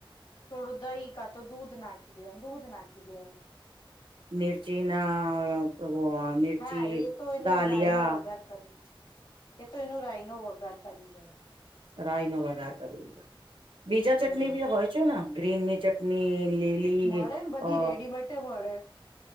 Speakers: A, on the left; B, on the right.
A: થોડું દહી કાતો દૂધ નાખી દેવાનું દૂધ નાખી દેવાનું.
B: મિર્ચી ના મિર્ચી
A: હા એ તો એનું
B: ડાલિયા
A: રાય નો વઘાર કરી એ તો એનું રાય નો વગાર કરી લેવાનો
B: રાય નો વગાર કરી લીધો બીજા
A: હમ
B: ચટણી બી હોય છેને ગ્રીનની ચટણી ડલી
A: મળે ને બધી
B: અ
A: રેડીમેડ મળે